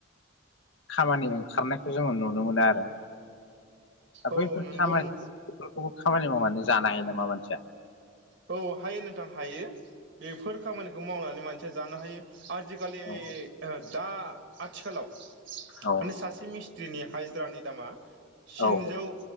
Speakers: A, on the left (about 65°); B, on the right (about 60°).
A: खामानि ओंखारनायखौ जोङो नुनो मोनो आरो दा
B: औ
A: बैफोर
B: नंगौ
A: खामानि बेफोरखौबो खामानि मावनानै जानो हायो नामा मानसिया?
B: औ हायो नोंथां हायो। बेफोर खामानिखौ मावनानै मा सिया जानो हायो। आजिकालि
A: औ
B: ओ दा आथिखालाव
A: औ
B: माने सासे मिस्ट्रिनि हाइ जिरानि दामा स्निजौ
A: औ